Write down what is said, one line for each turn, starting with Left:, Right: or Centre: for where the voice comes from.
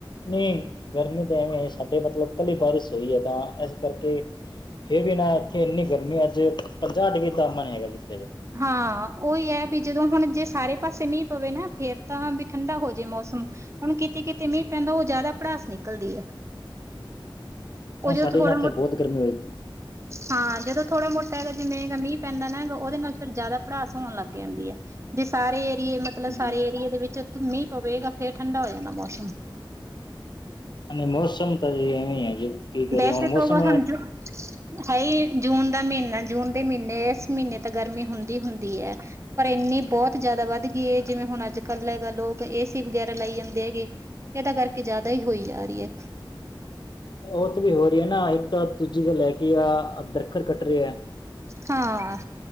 Left: ਨਈਂ, ਗਰਮੀ ਤਾਂ ਸਾਡੇ ਮਤਲਬ ਕਲੀ ਬਾਰਿਸ਼ ਹੋਈ ਐ ਤਾਂ ਐਸ ਕਰਕੇ ਫਿਰ ਵੀ ਨਾ ਐਥੇ ਇੰਨੀ ਗਰਮੀ ਅੱਜ ਪੰਜਾਹ ਡਿਗਰੀ ਤਾਪਮਾਨ ਹੈਗਾ ਜੇ ਇੱਥੇ ਅੱਜ
Right: ਹਾਂ, ਉਈ ਐ ਬੀ ਜਦੋਂ ਹੁਨ ਜੇ ਸਾਰੇ ਪਾਸੇ ਮੀਂਹ ਪਵੇ ਨਾ ਫੇਰ ਤਾਂ ਬੀ ਠੰਡਾ ਹੋ ਜੇ ਮੌਸਮ। ਹੁਨ ਕਿਤੇ-ਕਿਤੇ ਮੀਂਹ ਪੈਂਦਾ, ਓਹ ਜਿਆਦਾ ਪੜਾਸ ਨਿਕਲਦੀ ਐ।
Left: ਹੁਣ
Right: ਓਹ ਜੋ
Left: ਸਾਡੇ
Right: ਥੋੜਾ-ਮੋਟ
Left: ਨਾ ਇੱਥੇ ਬਹੁਤ ਗਰਮੀ ਹੋਈ
Right: ਹਾਂ, ਜਦੋਂ ਥੋੜਾ-ਮੋਟਾ ਹੈਗਾ ਜਿਵੇਂ ਮੀਂਹ ਪੈਂਦਾ ਨਾ ਗਾ ਓਹਦੇ ਨਾਲ ਫਿਰ ਜਾਦਾ ਪੜ੍ਹਾਸ ਹੋਨ ਲੱਗ ਜਾਂਦੀ ਏ ਜੇ ਸਾਰੇ ਏਰੀਏ ਮਤਲਬ
Left: ਹਾਂਜੀ
Right: ਸਾਰੇ ਏਰੀਏ ਦੇ ਵਿੱਚ ਮੀਂਹ ਪਵੇਗਾ ਫੇਰ ਠੰਡਾ ਹੋ ਜਾਂਦਾ ਮੌਸਮ।
Left: ਹਲੇ ਮੌਸਮ ਤੇ ਅਜੇ ਇਵੇਂ ਈ ਏ ਜੀ। ਕੀ ਕਰੀਏ
Right: ਬੈਸੇ
Left: ਹੁਣ ਮੌਸਮ
Right: ਤੋਂ ਵੋ ਹਮ ਜੋ ਹੈ ਈ ਜੂਨ ਦਾ ਮਹੀਨਾ, ਜੂਨ ਦੇ ਮਹੀਨੇ ਇਸ ਮਹੀਨੇ ਤਾਂ ਗਰਮੀ ਹੁੰਦੀ ਹੁੰਦੀ ਐ। ਪਰ ਐਨੀ ਬੋਤ ਜਾਦਾ ਵੱਦ ਗਈ ਏ ਜਿਵੇਂ ਹੁਨ ਅੱਜ ਕੱਲ੍ਹ ਹੈਗਾ ਲੋਕ ਏਸੀ ਵਗੈਰਾ ਲਾਈ ਜਾਂਦੇ ਹੈਗੇ ਐਹਦਾ ਕਰਕੇ ਜਿਆਦਾ ਈ ਹੋਈ ਜਾ ਰਹੀ ਏ।
Left: ਓਹ ਤੇ ਵੀ ਹੋ ਰਹੀ ਏ ਨਾ ਇੱਕ ਤਾਂ ਦੂਜੀ ਗੱਲ ਐ ਕੇ ਆ ਦੱਰਖਤ ਕੱਟ ਰਏ ਐ।
Right: ਹਾਂ,